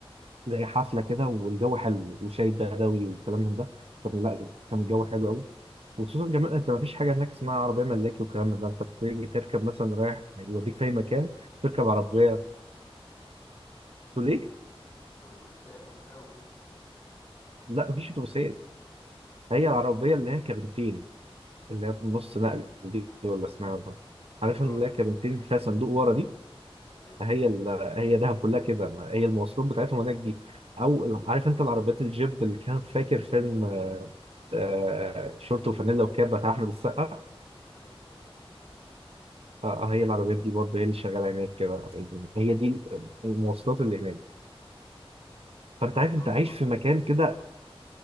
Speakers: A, on the right; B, on the left.
A: زي حفلة كده والجو حلو وشاي بدوي والكلام من ده كان لا كان الجو حلو قوي وخصوصا كمان انت مفيش حاجة هناك اسمها عربية ملاكي والكلام من ده انت بتيجي تركب
B: اه
A: مثلا رايح يوديك في
B: اتوبيسات
A: اي مكان تركب عربية تقول ليه؟
B: اتوبيسات وبتاع وكده
A: لا مفيش اتوبيسات هي العربية اللي هي كابنتين اللي هي النص
B: اه
A: نقل دي ولا اسمها إيه؟ عارف
B: اه
A: ان اللي
B: بتت...
A: هي كابنتين
B: ايوه
A: فيها
B: ايوه
A: صندوق ورا دي
B: ايوه
A: هي ال... هي دهب كلها كده هي المواصلات بتاعتهم هناك دي او ال- عارف انت العربيات الجيب اللي كان فاكر فيلم آه،
B: افريكانو
A: شورت وفانيلا وكاب بتاع احمد السقا
B: ايوه اه
A: آه، آه، هي العربيات دي برضه هي اللي شغاله هناك كده هي دي المواصلات اللي هناك فانت
B: طب
A: عارف
B: انت
A: انت
B: بعد
A: عايش
B: ما
A: في مكان كده